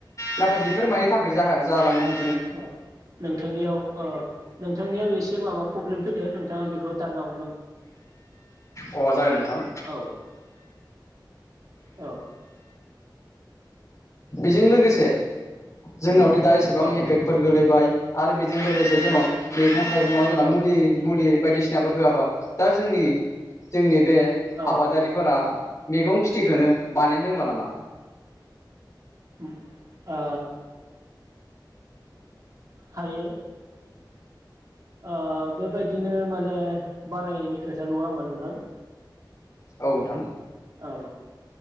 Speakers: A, on the left (about 40°); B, on the right (about 50°).
A: दा दाबिफोर मानि थाखाय जाहा जालांनो हम
B: अ नोंथांनियाव ओ नोंथांनियाव एसे माबा प्रब्लेम फैदो नोंथाङा बेखौ दानना हरनां
A: अ जागोन नों थां
B: औ औ
A: बेजों लोगोसे जोंनाव दि दा एसेबां
B: औ
A: एफेक्टफोर गोलैबाय आरो बेजों लोगोसे जोंनाव मैगं थायगंयाव जोंना
B: औ
A: मुलि-मुलि बायदिसिनाफोर होआबा दा जोंनि जोंनि बे
B: औ ओ
A: आबादारिफोरा मैगं खेथिखोनो बानायनो रोंला नामा।
B: उम ओ हायो। ओ बेबायदिनो माने बारायनायनि खोथा नङा होमबा नोंथां?
A: औ नोंथां।
B: औ